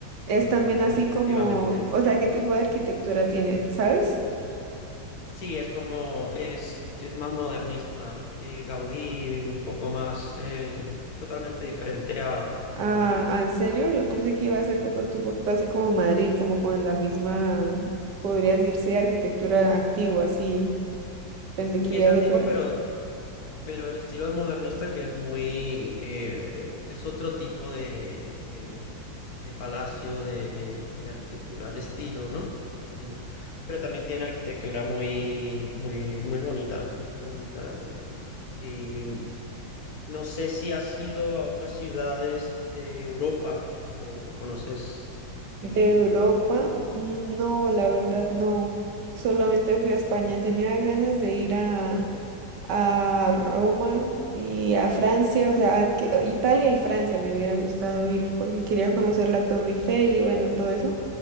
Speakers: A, on the right (about 65°); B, on the left (about 55°).
A: Es
B: eh,
A: también así
B: definitivamente.
A: como, o sea, ¿qué tipo de arquitectura tiene, sabes?
B: Sí, es como, es, es más modernista. eh, Gaudí, un poco más, eh, es totalmente diferente a,
A: Ah,
B: a Madrid.
A: ah, ¿en serio? Yo pensé que iba a ser de pronto
B: Sí,
A: un poquito así como Madrid, como con la misma, podría decirse, arquitectura antigua, así. Pensé que
B: Sí,
A: iba
B: es antigua,
A: a ser, pero...
B: pero pero el estilo modernista que es muy, eh, eh, es otro tipo de, de, de palacio, de, de arquitectura, de estilo, ¿no? De estilo. Pero también tiene arquitectura muy, muy, muy bonita, muy bonita. eh, y no sé si has ido a otras ciudades de Europa o, o conoces.
A: De
B: em,
A: Europa, mm, no, la verdad no. Solamente fui a España. Tenía ganas de ir a, a Roma y a Francia, o sea, a que- a Italia y Francia me hubiera gustado ir porque quería conocer la Torre Eiffel y bueno, todo eso,